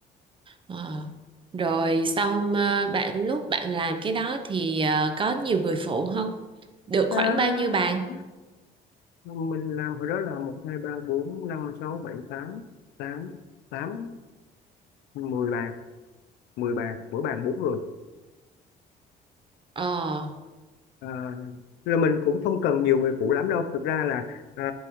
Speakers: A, on the right; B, on the left.
A: Ờ. rồi sau mà bạn lúc bạn làm cái đó thì ờ, có nhiều người phụ không được
B: à,
A: khoảng bao nhiêu bàn
B: mình làm hồi đó là một hai ba bốn năm sáu bảy tám tám tám mười bàn mười bàn mỗi bàn bốn người
A: ờ
B: À, là mình cũng không cần nhiều người phụ lắm đâu thực ra là ờ,